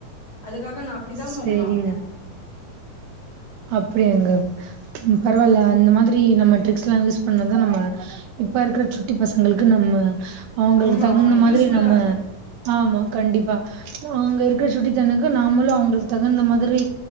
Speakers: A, on the left (about 45°); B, on the right (about 75°).
A: அதுக்காக நா அப்டிதா
B: சேரிங்க
A: பண்ணுவே அவன
B: அப்டியாங்க ம் பரவால்ல அந்த மாதி ரி நம்ம ட்ரிக்ஸ்லா யூஸ் பண்ணா தா நம்ம இப்ப இருக்ற சுட்டி பசங்களுக்கு நம்ம அவுங்களுக்கு
A: ரொம்ப
B: தகுந்த
A: ஆமா
B: மாதிரி
A: யூஸ்ஃபுல்லா
B: நம்ம
A: இருக்கு
B: ஆமா கண்டிப்பா அவுங்க இருக்குற சுட்டி தண்ணுக்கு நாமளு அவுங்ளு தகுந்த மாதிரி